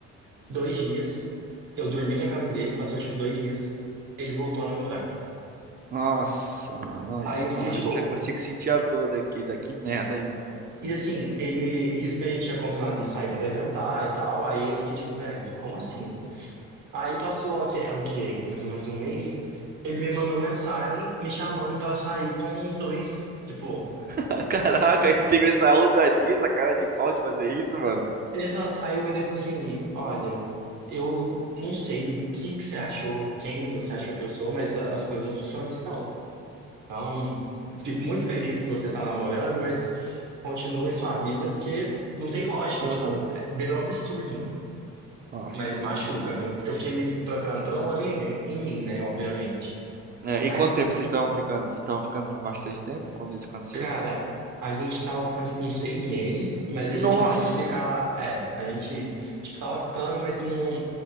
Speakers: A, on the right; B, on the right.
A: dois dias. Eu dormi na casa dele, passou, tipo, dois dias. Ele voltou a namorar.
B: nossa, mano, nossa,
A: Aí eu fiquei,
B: nossa,
A: tipo,
B: eu já consigo sentir a dor daqui, já que merda é isso, velho.
A: e assim, ele, isso que a gente tinha combinado de sair pra jantar e tal. Aí eu fiquei, tipo, velho, como assim? Aí passou o quê? É o quê? Mais ou menos um mês. Ele me mandou mensagem me chamando pra sair com os dois. Tipo,
B: <laughs> Caraca, ele teve essa ousadia, essa cara de pau de fazer isso, mano.
A: exato. Aí eu voltei e falei assim: Olha, eu não sei o que que você achou, quem você achou que eu sou, mas a- as coisas não funcionam assim, não. Então, fico muito feliz que você tá namorando, mas continue sua vida, porque não tem lógica.
B: Aham,
A: Tipo, é, beira um absurdo.
B: Nossa,
A: Mas machuca,
B: mano.
A: viu? Eu fiquei me procurando problema em em mim, né? Obviamente.
B: É,
A: Mas.
B: e quanto tempo vocês estavam ficando? Estavam ficando por bastante tempo quando isso aconteceu?
A: Cara, a gente tava ficando tipo uns seis meses, mas a gente
B: Nossa!
A: parou de ficar. É, a gente tipo, tava ficando, mas não